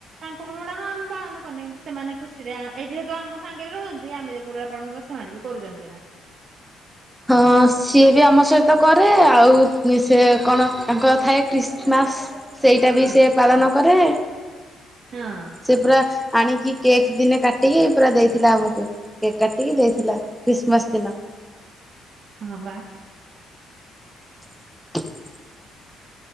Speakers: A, on the right; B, in the centre.
A: ତାଙ୍କ ଗୁଡା ହ ଆମେ ପାଳନ କରୁନ କିନ୍ତୁ ସେମାନେ ଖୁସିରେ ଏଇ ଯେହେତୁ ଆମ ସାଙ୍ଗରେ ରୁହନ୍ତି ଆମେ ଯୋଉ ପୁରା ପାଳନ ସେମାନେ ବି କରୁଛନ୍ତି ହେର।
B: ହଁ ସିଏ ବି ଆମ ସହିତ କରେ ଆଉ ସେ କ'ଣ ତାଙ୍କର ଥାଏ ଖ୍ରୀଷ୍ଟମାସ। ସେଇଟା
A: ହୁଁ
B: ବି ସେ ପାଳନ କରେ
A: ହଁ
B: ସେ ପୁରା ଆଣିକି କେକ୍ ଦିନେ କାଟିକି ପୁରା ଦେଇଥିଲା ଆମକୁ କେକ୍ କାଟିକି ଦେଇଥିଲା ଖ୍ରୀଷ୍ଟମାସ ଦିନ।
A: ହଁ ବା
B: <inaudible>